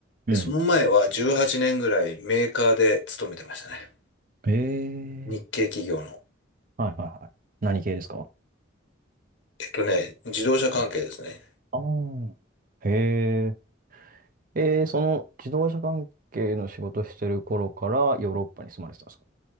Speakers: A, on the right (about 45°); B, on the left (about 65°).
A: うん。
B: で、その前は18年ぐらいメーカーで勤めてましたね。
A: ええ
B: 日系企業の。
A: ーはいはいはい。何系ですか
B: えっとね、自動車関係ですね。
A: あああー。へえ。ええその自動車関係の仕事してる頃からヨーロッパに住まれてたんですか